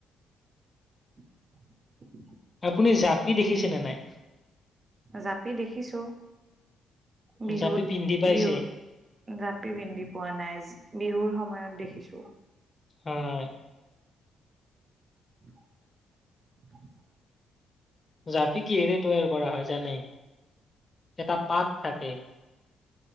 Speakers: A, on the right; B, on the left.
A: <inaudible>
B: আপুনি জাপি দেখিছেনে নাই?
A: জাপি দেখিছো বিহুত
B: জাপি পিন্ধি পাইছে
A: বিহু, জাপি পিন্ধি পোৱা নাই, বিহুৰ সময়ত দেখিছো।
B: হয়-হয়।
A: <unintelligible>
B: জাপি কিহৰে তৈয়াৰ কৰা হয় জানে? এটা পাত থাকে।